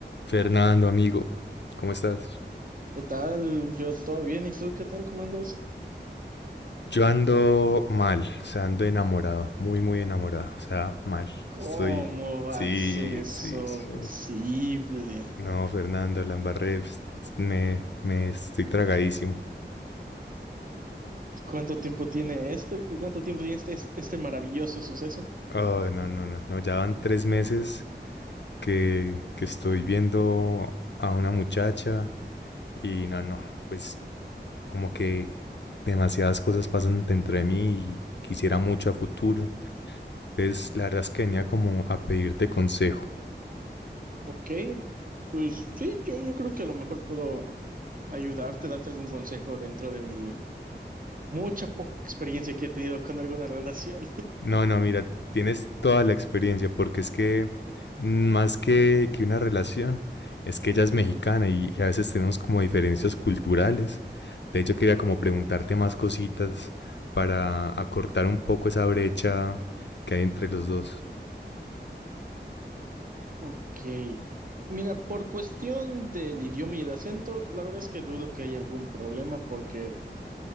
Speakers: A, on the left; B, on the right.
A: Fernando, amigo, ¿cómo estás?
B: ¿Qué tal? Yo todo bien, ¿y tú qué tal? ¿Cómo andas?
A: Yo ando mal, o sea, ando enamorado, muy, muy enamorado, o sea, mal.
B: ¿Cómo
A: Estoy,
B: va
A: sí,
B: a ser eso
A: sí, sí.
B: posible?
A: No, Fernando, la embarré, pues, me, me estoy tragadísimo.
B: ¿Cuánto tiempo tiene esto? ¿Qué- ¿Cuánto tiempo tiene este, este maravilloso suceso?
A: Oh, no, no, no, no, ya van tres meses que, que estoy viendo a una muchacha y no, no, pues como que demasiadas cosas pasan dentro de mí y quisiera mucho a futuro. Entonces, la verdad es que venía como a pedirte consejo.
B: Ok, pues sí, yo, yo creo que a lo mejor puedo ayudarte, darte algún consejo dentro de mi mucha poca experiencia que he tenido con alguna relación.
A: No, no, mira, tienes toda la experiencia, porque es que mm, más que, que una relación, es que ella es mexicana y, y a veces tenemos como diferencias culturales. De hecho, quería como preguntarte más cositas para acortar un poco esa brecha que hay entre los dos.
B: Ok, mira, por cuestión del idioma y el acento, la verdad es que dudo que haya algún problema porque...